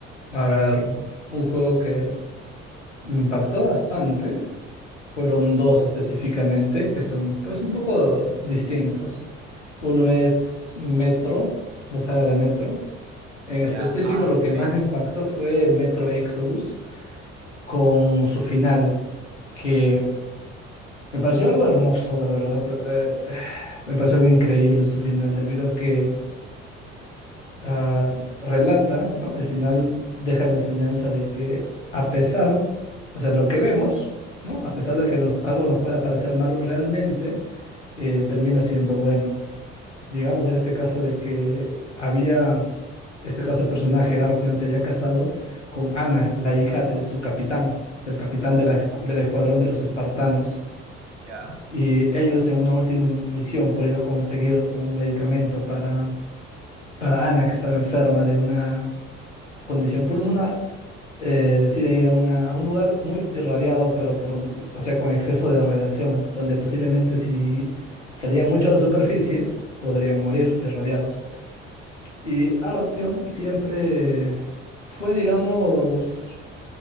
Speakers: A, on the left; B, on the right.
A: A ver, un juego que me impactó bastante. Fueron dos específicamente que son pues un poco distintos. Uno es Metro, la saga de Metro. En específico,
B: Ya, ah,
A: lo que
B: ok,
A: más me impactó fue Metro Exodus con su final, que Me pareció algo hermoso, la verdad. eh, me pareció algo increíble su final, debido a que ah, relata, ¿no? El final deja la enseñanza de que a pesar, o sea, lo que vemos, ¿no? A pesar de que nos- algo nos pueda parecer malo realmente, eh, termina siendo bueno. Digamos en este caso de que había, este caso el personaje Artyom se había casado con Ana, la hija de su capitán, del capitán de la escu- del escuadrón de los espartanos.
B: ya.
A: Y ellos en una última misión por ir a conseguir un medicamento para, para Ana, que estaba enferma de una condición pulmonar, eh, deciden ir a, una- a un lugar muy irradiado, pero por, o sea, con exceso de radiación, donde posiblemente si salían mucho a la superficie, podrían morir irradiados. Y Artyom siempre fue, digamos,